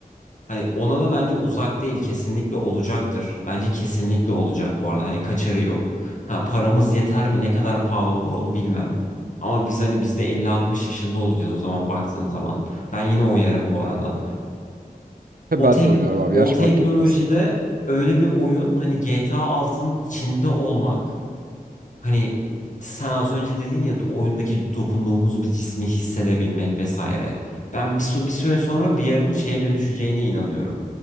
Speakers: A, on the left; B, on the right.
A: Hani ona da bence uzak değil kesinlikle olacaktır. Bence kesinlikle olacak bu arada hani kaçarı yok. Ha paramız yeter mi ne kadar pahalı olur onu bilmem. Ama biz hani biz de 50-60 yaşında olacağız o zaman baktığın zaman. Ben yine oynarım bu arada.
B: Ben
A: o tek
B: de oynarım abi.
A: o
B: Yaş
A: teknolojide
B: fark etmez.
A: öyle bir oyun hani GTA 6'nın içinde olmak hani sen az önce dedin ya oyundaki dokunduğumuz bir cismi hissedebilmek vesaire. Ben bir, sü- bir süre sonra VR'ın şeye dönüşeceğine inanıyorum.